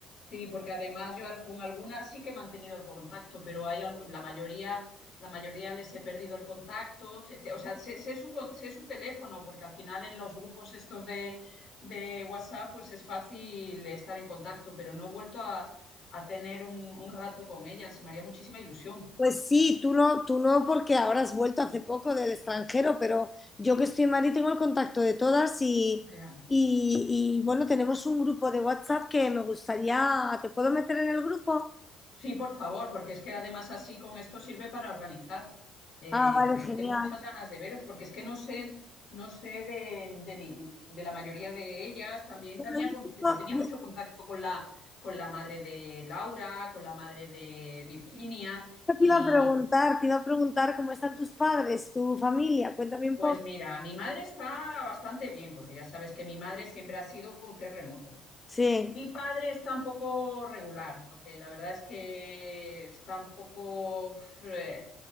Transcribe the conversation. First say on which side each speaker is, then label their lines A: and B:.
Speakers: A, on the left; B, on the left.
A: Sí, porque además yo al- con algunas sí que he mantenido el contacto, pero hay al- la mayoría, la mayoría les he perdido el contacto. Se- te- O sea, sé, sé su, con- sé su teléfono, porque al final en los grupos estos de, de WhatsApp, pues es fácil estar en contacto, pero no he vuelto a, a tener un, un rato con ellas y me haría muchísima ilusión.
B: Pues sí, tú no, tú no, porque ahora has vuelto hace poco del extranjero, pero yo que estoy en Madrid tengo el contacto de todas y,
A: Ya.
B: y, y, bueno, tenemos un grupo de WhatsApp que me gustaría. ¿Te puedo meter en el grupo?
A: Sí, por favor, porque es que además así con esto sirve para organizar. Eh,
B: Ah, vale,
A: que es que
B: genial.
A: tengo muchas ganas de veros, porque es que no sé, no sé de, de ni- de la mayoría de ellas. También,
B: Bueno,
A: también
B: yo
A: con-
B: te yo
A: yo tenía mucho
B: justo
A: contacto con la, con la madre de Laura, con la madre de Virginia,
B: te
A: y
B: iba a preguntar, te iba a preguntar cómo están tus padres, tu familia, cuéntame un
A: pues
B: poco.
A: mira, mi madre está bastante bien, porque ya sabes que mi madre siempre ha sido un terremoto.
B: Sí,
A: Mi padre está un poco regular, porque la verdad es que está un poco... eh,